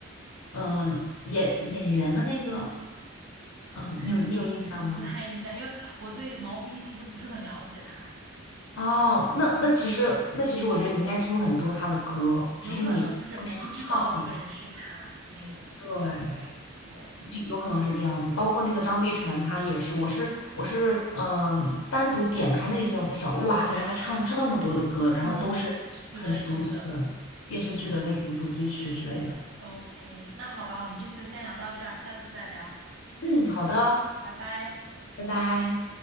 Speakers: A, on the left; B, on the right.
A: 嗯、演演员的那个，嗯、
B: 不太清楚，
A: 你有你有印象吗？
B: 不太印象，因为我对毛不易其实不是很了解他，
A: 哦，那那其实那其实我觉得你应该听过很多他的歌，
B: 有可能就是我不知道这个人是他的那种，
A: 只是你不是他唱的，对。
B: 对。
A: 有可能是这样子，包括那个张碧晨，他也是，我是我是嗯，
B: 是的。
A: 单独点开那个音乐我才找，哇塞，原来他唱了这么多的歌，然后都是很熟悉的电视剧的那种主题曲之类的。
B: <laughs> 是的，是的。嗯 OK，那好吧，我们这次就先聊到这儿，下次再聊，
A: 嗯，好的，
B: 拜拜。
A: 拜拜。